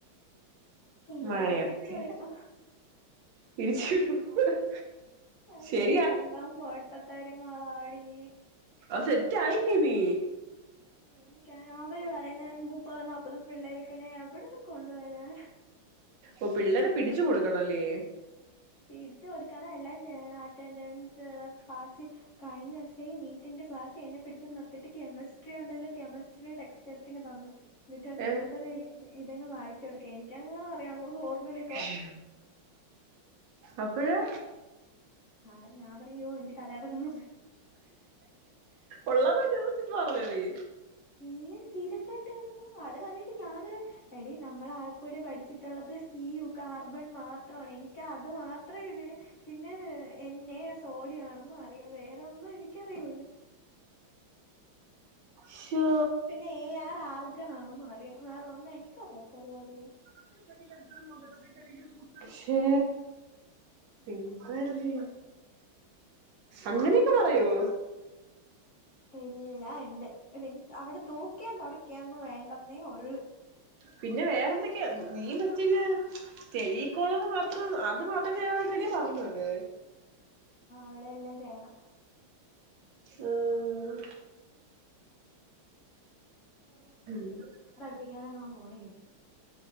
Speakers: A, on the left (about 60°); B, on the right (about 65°).
A: എന്നോടെന്നെ
B: മഴയൊക്കെ
A: പിരിച്ചു വിടും
B: <unintelligible>
A: ഞാൻ
B: ശരിയാ
A: ചെയ്യുന്ന എല്ലാം പൊട്ടത്താരങ്ങളാടി
B: അത് സെറ്റാ ആയിറ്റെ നീ
A: <unintelligible> അവര് പറയുന്ന മുപ്പതും നാപ്പതും പിള്ളേരൊക്കെ ഞാൻ എവിട്ന്ന് കൊണ്ടു വരാൻ
B: ഓ പിള്ളേരെ പിടിച്ചു കൊടുക്കണല്ലേ
A: പിടിച്ചു കൊടുക്കണം എല്ലാം ചെയ്യണം അറ്റൻഡൻസ് ക്ലാസി കഴിഞ്ഞ ദിവസേ നീറ്റിന്റെ ക്ലാസ്സി എന്നെ പിടിച്ച് നിർത്തീട്ട് കെമിസ്ട്രി ഉണ്ടാല്ലോ കെമിസ്ട്രിയുടെ ടെക്സ് റ്റെടുത്തിങ്ങ് തന്ന് എന്നിട്ട് പറഞ്ഞ്
B: ഏഹ്
A: എന്റെടുത്ത് പറയല്ലേ ഇതങ്ങ് വായിച്ച് കൊടുക്കാൻ എനിക്കെങ്ങാനും അറിയാമോ ഫോർമുലെ
B: ഉം അപ്പാഴ്
A: ആഹ് ഞാൻ പറഞ്ഞ് ഓ എനിക്ക് തല കറങ്ങുന്ന്
B: ഉള്ളതാണോ ചുമ്മാ പറഞ്ഞോ നീ
A: ഏഹ് സീരിയസ് ആയിട്ട് അത് കണ്ടിട്ട് ഞാനൊരു എടി നമ്മള് ആകെക്കൂടി പഠിച്ചിട്ടുള്ളത് സി യു കാർബൺ മാത്രാണ് എനിക്ക് അത് മാത്രേ ഇത് പിന്നെ എൻ എ സോഡിയാണെന്നും അറിയാം വേറൊന്നും എനിക്കറിയൂലാ
B: ശോ
A: പിന്നെ എ ആർ ആർഗൺ ആണെന്നും അറിയാം വേറൊന്നും എനിക്കറിയത്തില്ല ടി
B: ട്ട മുണ്ട ശേ എന്താല്ലേ അങ്ങനെക്കെ പറയോ
A: എല്ലാം ഇണ്ട് പിന്നെ അവിടെ തൂക്കിയേം തൊടക്കേം യൊന്നും വേണ്ടന്നേ ഒള്ള്.
B: പിന്നെ വേറെന്തൊക്കെയാ നീ മറ്റേല് ടെലിക്കോളർ മാത്രം അത് മാത്രമേ ആയിരുന്നില്ലെ പറഞ്ഞത്.
A: അവിടെയെല്ലാം ചെയ്യണം.
B: ഏഹ്. <unintelligible>
A: പഠിപ്പിക്കാനെങ്ങണം പോണേര്ന്നു.